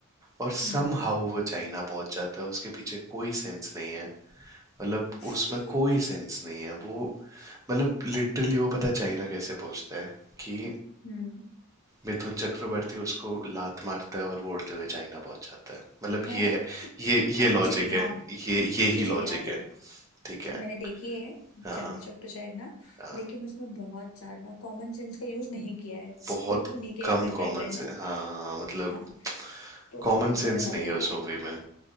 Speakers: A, on the right; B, on the left.
A: और समहाउ
B: हम्म
A: वो चाइना पहुंच जाता है उसके पीछे कोई सेंस नहीं है मतलब
B: <laughs>
A: उसमें कोई सेंस नहीं है वो मतलब लिटरली वो पता है चाइना कैसे पहुंचता है कि
B: हम्म
A: मिथुन चक्रवर्ती उसको लात मारता है और वो उड़ते हुए चाइना पहुंच जाता है मतलब
B: है
A: ये है ये ये
B: एक्चुअली
A: लॉजिक
B: हाँ
A: है ये ये
B: मुझे
A: ही लॉजिक
B: याद
A: है
B: है
A: ठीक है
B: मैंने देखी है
A: हाँ
B: चांदनी चौक तो शायद ना
A: हाँ
B: लेकिन उसमें बहुत ज्यादा कॉमन सेंस का यूज नहीं किया है
A: बहुत
B: बिल्कुल नहीं किया
A: कम
B: स्क्रिप्ट राइटर
A: कॉमन
B: ने
A: से हाँ मतलब
B: हाँ तो
A: कॉमन सेंस
B: मजे मजे
A: नहीं है
B: नहीं
A: उस
B: आया
A: मूवी में